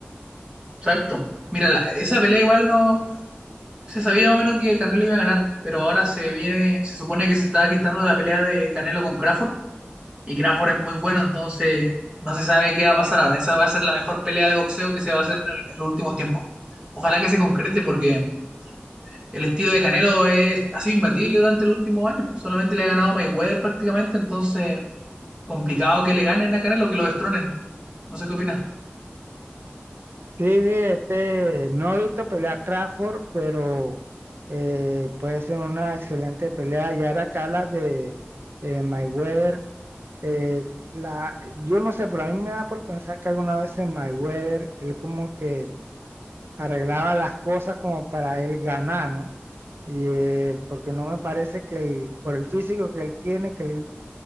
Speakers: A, on the right (about 20°); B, on the right (about 65°).
A: Exacto. Mira, la- esa pelea igual no se sabía más o menos que Canelo iba a ganar, pero ahora se viene, se supone que se está gestando la pelea de Canelo con Crawford y Crawford es muy bueno, entonces no se sabe qué va a pasar ahora. Esa va a ser la mejor pelea de boxeo que se va a hacer en, el- en los últimos tiempos. Ojalá que se concrete porque el estilo de Canelo es, ha sido imbatible durante los últimos años, pues solamente le ha ganado Mayweather prácticamente, entonces complicado que le ganen a Canelo, que lo destronen. No sé qué opinas.
B: Sí, sí, este, no he visto pelear a Crawford, pero eh, puede ser una excelente pelea. Y ahora que hablas de eh, Mayweather, eh, la, yo no sé, pero a mí me da por pensar que alguna vez en Mayweather él como que arreglaba las cosas como para él ganar, ¿no? Y, eh, porque no me parece que él, por el físico que él tiene, que él